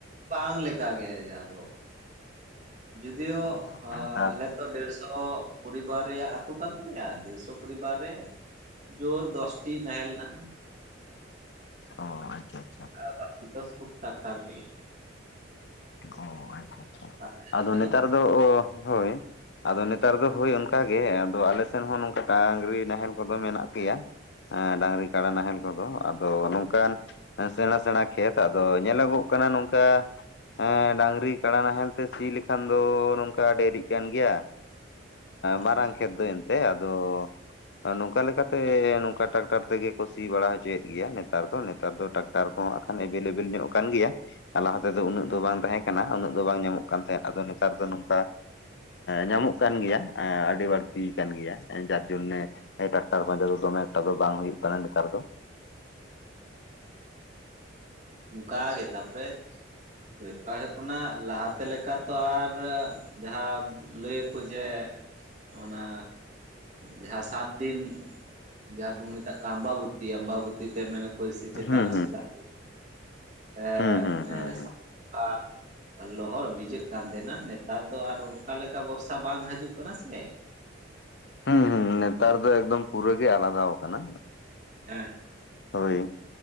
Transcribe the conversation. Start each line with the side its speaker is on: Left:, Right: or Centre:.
Right: ᱵᱟᱝ ᱞᱮᱠᱟᱜᱮ ᱡᱟᱦᱟᱸ ᱫᱚ ᱡᱚᱫᱤᱭᱳ
Left: ᱦᱮᱸ ᱱᱮᱛᱟᱨ
Right: ᱟᱞᱮ ᱰᱮᱲᱥᱚ ᱯᱚᱨᱤᱵᱟᱨ ᱨᱮᱭᱟᱜ ᱟᱹᱛᱩ ᱠᱟᱱ ᱛᱟᱞᱮᱭᱟ ᱰᱮᱲᱥᱚ ᱯᱚᱨᱤᱵᱟᱨ ᱨᱮ ᱡᱳᱨ ᱫᱚᱥᱴᱤ ᱱᱟᱦᱮᱞ ᱢᱮᱱᱟᱜᱼᱟ
Left: ᱚ ᱟᱪᱪᱷᱟ ᱟᱪᱪᱷᱟ
Right: ᱟᱨ ᱵᱟᱠᱤ ᱫᱚ ᱥᱳᱵᱽ ᱴᱟᱠᱴᱟᱨ ᱛᱮᱜᱮ
Left: ᱚ ᱟᱪᱪᱷᱟ ᱟᱪᱷᱟ
Right: ᱟᱨ
Left: ᱟᱫᱚ
Right: ᱟᱯᱮ
Left: ᱱᱮᱛᱟᱨ ᱫᱚ ᱦᱳᱭ ᱟᱫᱚ ᱱᱮᱛᱟᱨ ᱫᱚ ᱦᱳᱭ ᱚᱱᱠᱟ ᱜᱮ ᱟᱫᱚ ᱟᱞᱮ ᱥᱮᱱ ᱦᱚᱸ ᱱᱚᱝᱠᱟ ᱰᱟᱝᱨᱤ ᱱᱟᱦᱮᱞ ᱠᱚᱫᱚ ᱢᱮᱱᱟᱜ ᱜᱮᱭᱟ ᱰᱟᱝᱨᱤ ᱠᱟᱰᱟ ᱱᱟᱦᱮᱞ ᱠᱚᱫᱚ ᱟᱫᱚ ᱱᱚᱝᱠᱟᱱ ᱥᱮᱬᱟ ᱥᱮᱬᱟ ᱠᱷᱮᱛ ᱟᱫᱚ ᱧᱮᱞᱚᱜᱚᱜ ᱠᱟᱱᱟ ᱱᱚᱝᱠᱟ ᱦᱮᱸ ᱰᱟᱝᱨᱤ ᱠᱟᱰᱟ ᱱᱟᱦᱮᱞ ᱛᱮ ᱥᱤ ᱞᱮᱠᱷᱟᱱ ᱫᱚ ᱱᱚᱝᱠᱟ ᱫᱮᱨᱤᱜ ᱠᱟᱱ ᱜᱮᱭᱟ ᱢᱟᱨᱟᱝ
Right: ᱦᱳᱭ
Left: ᱠᱷᱮᱛ ᱫᱚ ᱮᱱᱛᱮ ᱟᱫᱚ ᱱᱚᱝᱠᱟ ᱞᱮᱠᱟᱛᱮ ᱱᱚᱝᱠᱟ ᱴᱨᱟᱠᱴᱟᱨ ᱛᱮᱜᱮ ᱠᱚ ᱥᱤ ᱵᱟᱲᱟ ᱾ ᱦᱚᱪᱚᱭᱮᱫ ᱜᱮᱭᱟ ᱱᱮᱛᱟᱨ ᱫᱚ, ᱟᱫᱚ ᱴᱟᱠᱴᱟᱨ ᱠᱚᱼᱦᱚᱸ ᱦᱟᱜ ᱠᱷᱟᱱ ᱮᱵᱮᱞᱮᱵᱮᱞ ᱧᱚᱜ ᱟᱠᱟᱱ ᱜᱮᱭᱟ᱾ ᱞᱟᱦᱟ ᱛᱮᱫᱚ ᱩᱱᱟᱹᱜ ᱫᱚ ᱵᱟᱝ ᱛᱟᱦᱮᱸ ᱠᱟᱱᱟ᱾ ᱩᱱᱟᱹᱜ ᱫᱚ ᱵᱟᱝ ᱧᱟᱢᱚᱜ ᱠᱟᱱ ᱛᱟᱦᱮᱸᱫ, ᱟᱫᱚ ᱱᱮᱛᱟᱨ ᱫᱚ ᱱᱚᱝᱠᱟ᱾ ᱧᱟᱢᱚᱜ ᱠᱟᱱ ᱜᱮᱭᱟ᱾ ᱟᱹᱰᱤ ᱵᱟᱹᱲᱛᱤ ᱠᱟᱱ ᱜᱮᱭᱟ᱾ ᱡᱚᱱᱱᱮ ᱴᱨᱟᱠᱴᱟᱨ ᱯᱟᱸᱡᱟ ᱫᱚ ᱫᱚᱢᱮᱸ ᱮᱠᱴᱟ ᱫᱚ ᱵᱟᱝ ᱦᱩᱭᱩᱼᱜ ᱠᱟᱱᱟ᱾ ᱱᱮᱛᱟᱨ ᱫᱚ
Right: ᱚᱱᱠᱟᱜᱮ ᱛᱟᱯᱚᱨᱮ, ᱵᱮᱯᱟᱨ ᱦᱩᱭᱩᱜ ᱠᱟᱱᱟ ᱞᱟᱦᱟ ᱛᱮ ᱞᱮᱠᱟ᱾ ᱛᱚ ᱟᱨ ᱡᱟᱦᱟᱸ ᱞᱟᱹᱭᱟᱠᱚ ᱡᱮ ᱚᱱᱟ ᱡᱟᱦᱟᱸ ᱥᱟᱛ ᱫᱤᱱ ᱡᱟᱦᱟᱸ ᱵᱚᱱ ᱢᱮᱛᱟᱜ ᱠᱚ ᱟᱢᱵᱟᱵᱚᱛᱤ, ᱟᱢᱵᱟᱵᱚᱛᱤ ᱛᱮ ᱢᱮᱱᱟ ᱠᱚ ᱥᱮ <unintelligible>
Left: ᱦᱩᱸ ᱦᱩᱸ
Right: ᱫᱟᱜ ᱦᱮᱸ
Left: ᱦᱩᱸ ᱦᱩᱸ
Right: ᱚᱱᱮ
Left: ᱦᱩᱸ ᱦᱩᱸ
Right: <unintelligible> ᱞᱚᱦᱚᱫ ᱵᱷᱤᱡᱟᱹᱜ ᱠᱟᱱ ᱛᱟᱦᱮᱱᱟ᱾ ᱱᱮᱛᱟᱨ ᱫᱚ ᱟᱨ ᱚᱱᱠᱟ ᱞᱮᱠᱟ ᱵᱚᱨᱥᱟ ᱵᱟᱝ ᱦᱤᱡᱩᱜ ᱠᱟᱱᱟ ᱥᱮ᱾
Left: ᱦᱩᱸ ᱦᱩᱸ ᱱᱮᱛᱟᱨ
Right: ᱚᱱᱟ
Left: ᱫᱚ ᱮᱠᱫᱚᱢ ᱯᱩᱨᱟᱹ ᱜᱮ ᱟᱞᱟᱫᱟ ᱠᱟᱱᱟ᱾
Right: ᱦᱮᱸ
Left: ᱦᱳᱭ,